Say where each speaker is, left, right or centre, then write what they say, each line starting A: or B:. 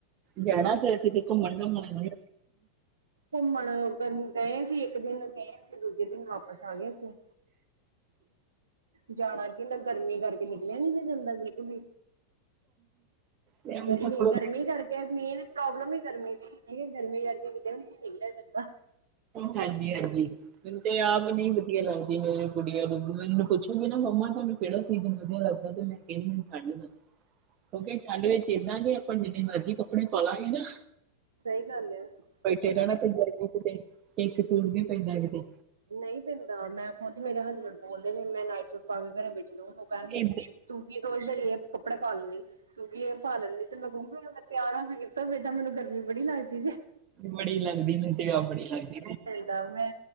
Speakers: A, on the right; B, on the right.
A: ਜਾਣਾ ਫੇਰ ਕਿਤੇ ਘੁੰਮਣ ਘਮਣ।
B: ਘੁੰਮਣ ਗਏ ਸੀ ਇੱਕ ਦਿਨ ਗਏ ਸੀ। ਤੇ ਦੂਜੇ ਦਿਨ ਵਾਪਿਸ ਆ ਗਏ ਅਸੀਂ ਜਾਣਾ ਕਿ ਨਾ ਗਰਮੀ ਕਰਕੇ। ਨਿਕਲਿਆ ਨਹੀਂ ਸੀ ਜਾਂਦਾ ਬਿਲਕੁਲ ਵੀ
A: ਮੈਨੂੰ
B: ਗਰਮੀ
A: ਤਾਂ- ਥੋੜ੍ਹਾ-
B: ਗਰਮੀ ਕਰਕੇ। ਫਿਰ ਮੇਨ ਪ੍ਰੋਬਲਮ ਹੀ ਗਰਮੀ ਦੀ ਹੈਗੀ ਏ ਗਰਮੀ ਕਰਕੇ ਕਿਤੇ ਵੀ ਨਹੀਂ ਨਿਕਲਿਆ ਜਾਂਦਾ।
A: ਹਾਂਜੀ, ਹਾਂਜੀ। ਮੈਨੂੰ ਤੇ ਆਪ ਨਹੀ ਵਧੀਆ ਲੱਗਦੀ ਮੇਰੇ ਗੁੜੀਆਂ ਨੂੰ ਮੈਨੂੰ ਪੁੱਛੂਗੀ ਨਾ ਮੰਮਾ ਤੁਹਾਨੂੰ। ਕਿਹੜਾ ਸੀਜਨ ਵਧੀਆ ਲੱਗਦਾ ਤੇ ਮੈਂ ਕਹਿੰਦੀ ਹਾਂ ਠੰਡ ਦਾ। ਕਿਉਂਕਿ ਠੰਡ ਵਿੱਚ ਏਦਾਂ ਕਿ ਆਪਾਂ ਜਿੰਨੇ ਮਰਜ਼ੀ ਕੱਪੜੇ ਪਾਲਾਂਗੇ ਨਾ।
B: ਸਹੀ ਗੱਲ
A: ਬੈਠੇ ਰਹਿਣਾ
B: ਆ
A: ਤੇ ਗਰਮੀ ਕਿਤੇ ਇੱਕ ਸੂਟ ਵੀ ਪੈਂਦਾ ਕਿਤੇ।
B: ਨਹੀਂ ਪੈਂਦਾ ਮੈਂ ਖੁੱਦ ਮੇਰੇ ਹਸਬੈਂਡ ਬੋਲਦੇ ਨੇ ਮੈਂ ਨਾਈਟ ਸੂਟ ਪਾ ਕੇ ਘਰੇ ਬੈਠੀ ਨੂੰ ਕਹਿਣਗੇ।
A: ਇਦ
B: ਤੂੰ ਕੀ ਰੋਜ਼ ਦਿਹਾੜੀ ਇਹ ਕੱਪੜੇ ਪਾ ਲੈਂਦੀ। ਕਿਉਂਕਿ ਇਹ ਪਾ ਲੈਨੀ ਤੇ ਮੈਂ ਕਹੂੰਗੀ ਤਿਆਰ ਹੋਣ ਤੇ ਬੇਟਾ ਮੈਨੂੰ ਗਰਮੀ ਬੜੀ ਲੱਗਦੀ। ਜੇ
A: ਬੜੀ ਲੱਗਦੀ ਮੈਨੂੰ ਤੇ ਆਪ ਬੜੀ ਲੱਗਦੀ।
B: ਦਮ ਏ।